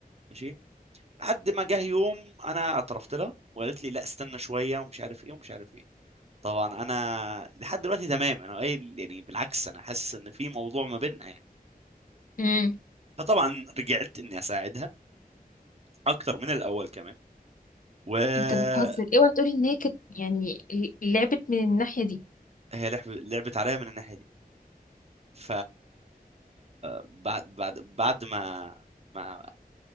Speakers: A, on the right; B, on the left.
A: ماشي لحد ما جه يوم انا اعترفت لها وقالت لي لا استنى شويه ومش عارف ايه ومش عارف ايه طبعا انا لحد دلوقتي تمام انا قايل يعني بالعكس انا حاسس ان في موضوع ما بيننا يعني
B: مم.
A: فطبعا رجعت اني اساعدها اكتر من الاول كمان وهي
B: انت بتهزر اوعى تقولي ان هي كانت يعني ل- لعبت من الناحية دي
A: لعب- لعبت عليا من الناحيه دي ف بعد بعد بعد ما ما